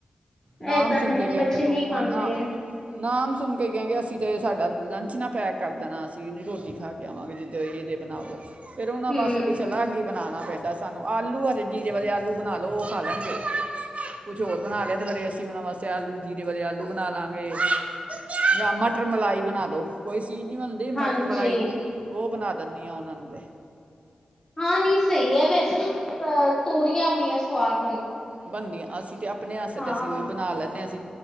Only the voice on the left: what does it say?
ਐ ਤਾਂ
ਹੈ
ਬੱਚੇ
ਨਹੀਂ
ਖਾਂਦੇ
ਆ
ਹੂੰ
ਹਾਂਜੀ
ਹਾਂ ਨਹੀਂ ਸਹੀ ਹੈ ਵੈਸੇ ਵੀ ਅ ਤੋਰੀਆਂ ਬਣੀਆਂ <unintelligible>
ਹਾਂ